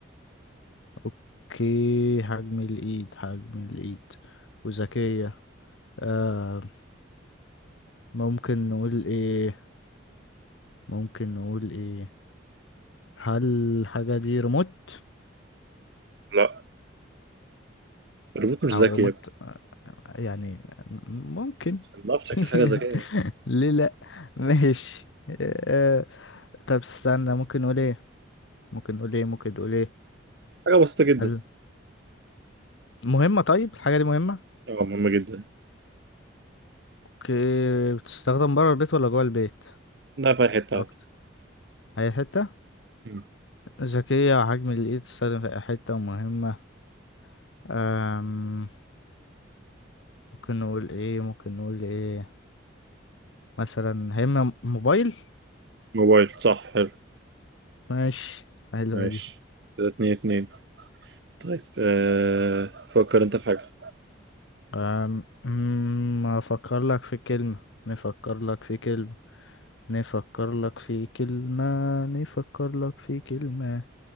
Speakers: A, on the left; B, on the right.
A: اوكي حجم الايد حجم الايد وذكية آه ممكن نقول ايه ممكن نقول ايه هل الحاجة دي ريموت
B: لا الريموت مش
A: او
B: ذكي
A: ريموت
B: يا ابني
A: آه، يعني ممكن
B: ما شكل
A: <laughs>
B: حاجة ذكية يعني.
A: ليه لا ماشي آه طب استنى ممكن نقول ايه ممكن نقول ايه ممكن نقول ايه
B: حاجة بسيطة جدا
A: هل مهمة طيب الحاجة دي مهمة
B: اه مهمة جدا
A: اوكي بتستخدم بره البيت ولا جوه البيت
B: لا في أي حتة عادي
A: اكتر اي حته
B: مم.
A: ذكيه حجم الايد تستخدم في اي حته مهمه أم... ممكن نقول ايه ممكن نقول ايه مثلا هيما موبايل
B: موبايل صح حلو
A: ماشي حلوه
B: ماشي
A: دي
B: كده اتنين اتنين طيب آه فكر انت في حاجة
A: أم... أم، افكر لك في كلمه نفكر لك في كلمه نفكر لك في كلمه نفكر لك في كلمه